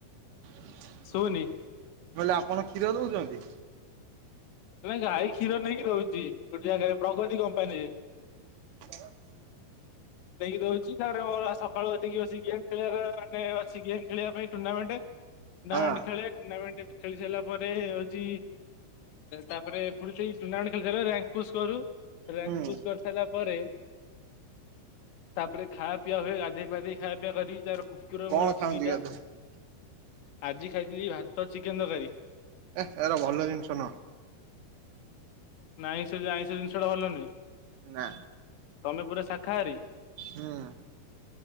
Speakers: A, on the right (about 85°); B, on the left (about 70°).
A: ମୁ କହିଲି
B: ଶୁନି
A: ଆପଣ କ୍ଷୀର ଦଉଛନ୍ତି?
B: ଗାଈ କ୍ଷୀର ନେଇକି ଦୋଉଚି ଗୋଟେ ଜାଗାରେ ପ୍ରଗତି କମ୍ପାନୀରେ।
A: <inaudible>
B: ଦେଇକି ଦଉଛି ତାପରେ ସକାଳୁ ଏଠକି ବସିକି ଗେମ୍ ଖେଳିବାରେ ମାନେ ସେ ଗେମ୍ ଖେଳିବା ପାଇଁ ଟୁର୍ଣ୍ଣାମେଣ୍ଟ, ଟୁର୍ଣ୍ଣାମେଣ୍ଟ
A: ହଁ
B: ଖେଳେ ଟୁର୍ଣ୍ଣାମେଣ୍ଟ ଖେଳି ସାରିଲା ପରେ ହୋଉଚି ତାପରେ ପୁଣି ସେଇ ଟୁର୍ଣ୍ଣାମେଣ୍ଟ ଖେଳିସାରିଲା ପରେ ରାଙ୍କପୁଶ କରୁ ରଂକପୁସ୍
A: ହୁଁ
B: କରିସାରିଲା ପରେ ତାପରେ ଖାଆ ପିଆ ହୁଏ ଗାଧେଇ ପାଧେଇ ଖାଇବା ପିଆ କରି ତାପରେ କୁକୁର
A: କଣ
B: ମୁଁ ଅଛି
A: ଖାଆନ୍ତି
B: ଦିଟା,
A: ଗାଧୁଆ
B: ଆଜି ଖାଇଥିଲି ଭାତ ଚିକେନ ତରକାରୀ।
A: ଏ ଏରା ଭଲ ଜିନିଷ ନୁହଁ।
B: ନାଇଁ ସେ ଯୋଉ ଆଇଁଷ ଜିନିଷଟା ଭଲ ନୁହେଁ?
A: ନା।
B: ତମେ ପୁରା ଶାଖାହାରୀ?
A: ହୁଁ